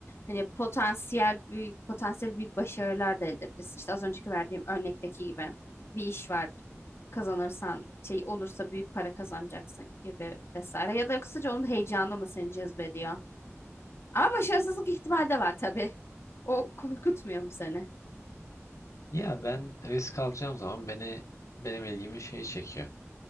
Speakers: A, on the left (about 55°); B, on the left (about 85°).
A: Hani potansiyel büyük potansiyel büyük başarılar da elde edebilirsin. İşte az önceki verdiğim örnekteki gibi bir iş var. Kazanırsan şey olursa büyük para kazanacaksın gibi vesaire. Ya da yoksa onun heyecanı mı seni cezbediyor? Ama başarısızlık ihtimali de var tabii. O korkutmuyor mu seni?
B: Ya ben risk alacağım zaman beni benim ilgimi şey çekiyor.